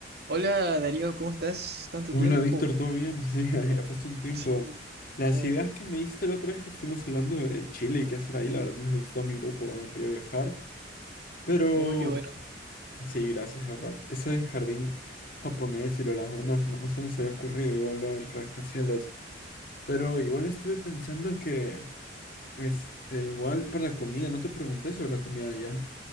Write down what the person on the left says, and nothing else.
Hola
Víctor, ¿todo bien? Sí, <laughs> ha pasado un tiempo.
Las
ideas
que me diste la otra vez que estuvimos hablando de Chile y qué hacer ahí, la verdad les gustó a mi grupo donde quería viajar. Pero
sí, gracias, de verdad. Eso del jardín japonés y lo de las donas, no, no se nos había ocurrido, igual lo del rascacielos. Pero igual estuve pensando que, este, igual para la comida, no te pregunté sobre la comida allá.